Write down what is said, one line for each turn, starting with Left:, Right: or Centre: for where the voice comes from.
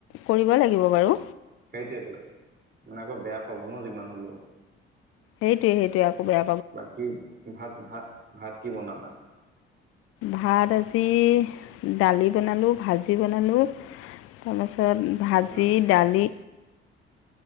Left: কৰিব লাগিব বাৰু।
Right: সেইটোৱেটো, মানে আকৌ বেয়া পাব ন যিমান হলেও।
Left: সেইটোৱে সেইটোৱে আকৌ বে
Right: বাকী ভাত ভাত ভাত কি বনালা?
Left: ভাত আজি দালি বনালোঁ ভাজি বনালোঁ। তাৰপাছত ভাজি
Right: উম
Left: দালি